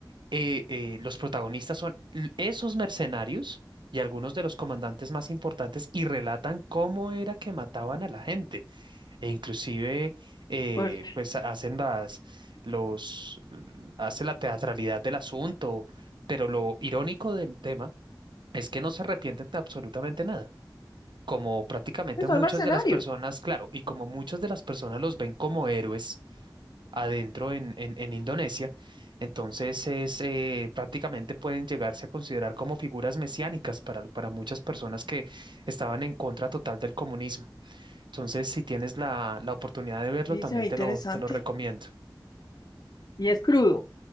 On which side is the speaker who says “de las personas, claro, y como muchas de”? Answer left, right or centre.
Right